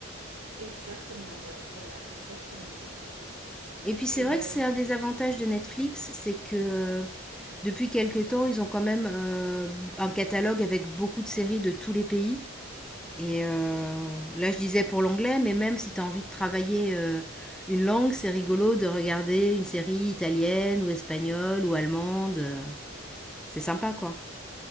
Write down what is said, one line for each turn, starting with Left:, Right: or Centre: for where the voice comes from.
Right: exactement, ouais, voilà, exactement comme tu dis.
Centre: Et puis c'est
Right: Et
Centre: vrai que
Right: euh,
Centre: c'est un des avantages de Netflix, c'est que euh, depuis quelque temps, ils ont quand même euh, un catalogue avec beaucoup de séries de tous les pays. Et euh,
Right: oui.
Centre: là, je disais pour l'anglais, mais même si tu as envie de travailler euh, une langue, c'est rigolo de regarder une série italienne ou espagnole ou allemande. euh, C'est sympa, quoi.